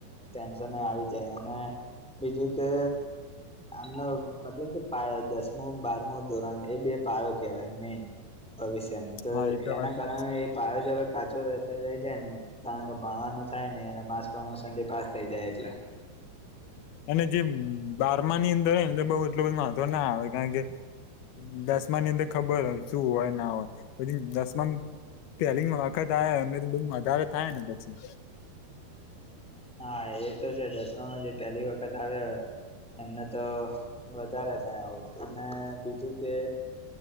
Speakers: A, in the centre; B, on the left.
A: ટેન્શનએ આવી જાય અને બીજું કે આમનો મતલબ કે પાયો દસમું બારમું ધોરણ એ બે પાયો કેવાય મેઈન ભવિષ્યનો તો
B: હા એ
A: એનાં
B: વાત સાચી
A: કારણે એ પાયો જે હવે કાચો રાચો રહી જાય ને કારણ કે, ભણવાનું થાય નઈ ને અને માસ પ્રમોશનથી પાસ થઇ જાય એટલે
B: અને જે બારમાની અંદર હેને બઉ એટલું બધું વાધો ના આવે કારણ કે દસમાની અંદર ખબર હોય શું હોય ના હોય પછી દસમામ પેલી વખત આયા હોય એમને તો બહું વધારે થાય ને પછી
A: હા એ તો છે દસમામાં જે પહેલી વખત આવ્યા હોય એમને તો વધારે થાય આવું અને બીજું કે